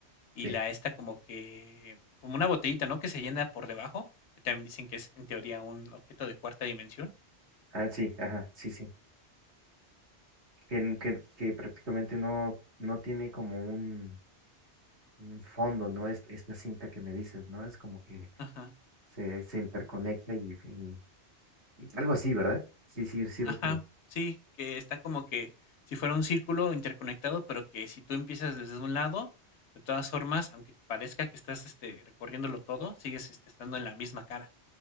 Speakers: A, on the left; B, on the right.
A: y
B: Sí.
A: la esta como que, como una botellita, ¿no? Que se llena por debajo, que también dicen que es en teoría un objeto de cuarta dimensión.
B: Ah, sí, ajá, sí, sí. que, n- que- que prácticamente no, no tiene como un, un fondo, ¿no? Es, esta cinta que me dices, ¿no? Es como que
A: Ajá.
B: se, se interconecta y, y- y algo así, ¿verdad? Sí, sí, sí recuerdo.
A: Ajá, sí, que está como que si fuera un círculo interconectado, pero que si tú empiezas desde un lado, de todas formas, aunque parezca que estás este, recorriéndolo todo, sigues este, estando en la misma cara.